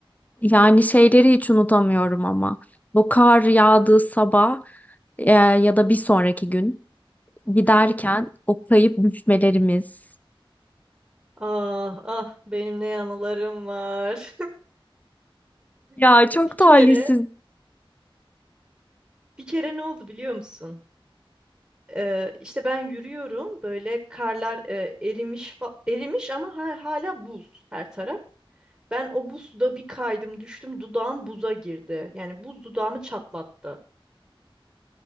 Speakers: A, on the left; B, on the right.
A: yani şeyleri hiç unutamıyorum ama. Bu kar yağdığı sabah e, ya da bir sonraki gün giderken
B: hı. hı.
A: o kayıp düşmelerimiz.
B: Ah ah benim ne anılarım var.
A: Ya
B: <laughs>
A: çok
B: Bir
A: talihsiz.
B: kere Bir kere ne oldu biliyor musun? Ee, işte ben yürüyorum böyle karlar e, erimiş fa- erimiş ama ha- hala buz her taraf. Ben o buzda bir kaydım düştüm dudağım buza girdi. Yani buz dudağımı çatlattı.